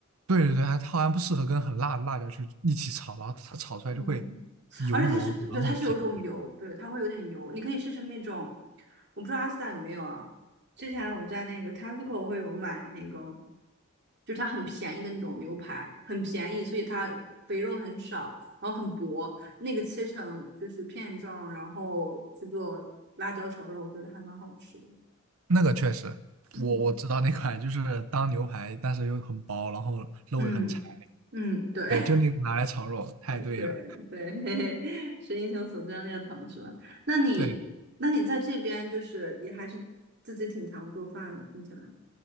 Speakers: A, on the right; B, on the right.
A: 对对对，它它好像不适合跟很辣的辣椒去一起炒，然后它炒出来就会
B: 嗯，
A: 油油，
B: 而且它是，对，
A: 然后甜甜，
B: 它是有一种油，对，它会有点油。你可以试试那种，我不知道阿斯达有没有啊。之前我在那个 Tesco 会有买那个，就是它很便宜的那种牛排，很便宜，所以它肥肉很少，然后很薄，那个切成就是片状，然后去做辣椒炒肉，我觉得还蛮好吃的。
A: 那个确实，
B: 嗯
A: 我我知道那款就是当牛排，但是又很薄，然后肉又很柴，
B: 嗯嗯，对，
A: 对，就那个拿来炒肉，太对了。
B: 对对，<laughs> 嘿嘿，是英雄所见略同，是吧？那你，
A: 对，
B: 那你在这边就是也还是自己挺常做饭的，听起来。